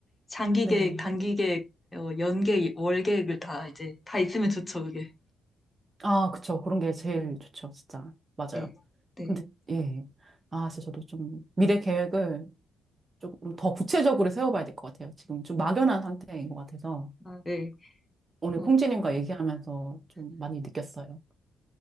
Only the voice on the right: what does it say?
네.
아, 그쵸. 그런 게 제일 좋죠. 진짜. 맞아요.
근데 예. 아, 진짜 저도 좀 미래 계획을 조금 더 구체적으로 세워봐야 될 것 같아요. 지금 좀 막연한 상태인 것 같아서
오늘
콩지님과 얘기하면서 좀 많이 느꼈어요.